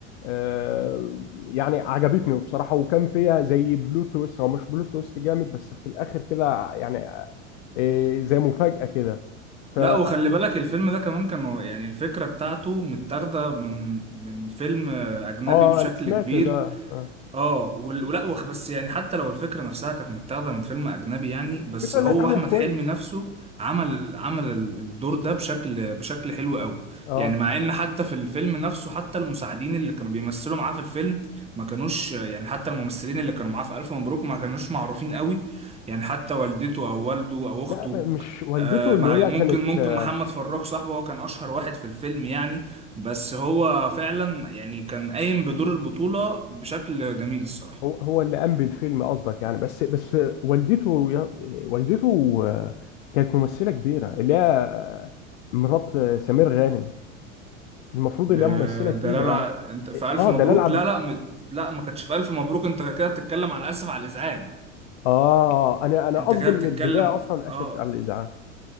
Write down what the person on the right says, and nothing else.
لا وخلي بالك الفيلم ده كمان كانوا يعني الفكرة بتاعته متاخدة من من فيلم آه، أجنبي
بشكل
كبير
اه وال- ولا وخ- بس يعني حتى لو الفكره نفسها كانت متاخده من فيلم اجنبي يعني بس
هو
احمد
حلمي نفسه عمل عمل ال- الدور ده بشكل بشكل حلو قوي
يعني مع ان حتى في الفيلم نفسه حتى المساعدين اللي كانوا بيمثلوا معاه في الفيلم ما كانوش يعني حتى الممثلين اللي كانوا معاه في الف مبروك ما كانوش معروفين قوي يعني حتى والدته او والده او اخته
آه
مع ممكن
ممكن
محمد فراج صاحبه هو كان اشهر واحد في الفيلم يعني بس هو فعلا يعني كان قايم بدور البطولة بشكل جميل الصراحة
ده
ده لا لا
انت في
ألف مبروك
لا لا م... لا ما كانتش في ألف مبروك انت كده بتتكلم على آسف على الإزعاج
انت
كده
بتتكلم
اه